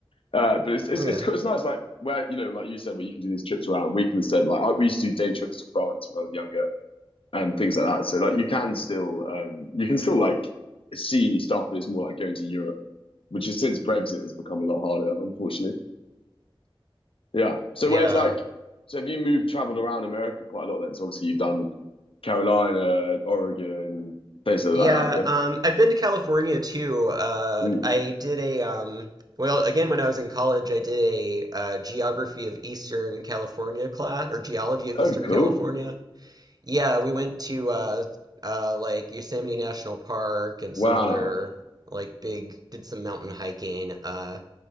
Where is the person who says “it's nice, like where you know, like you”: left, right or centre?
Left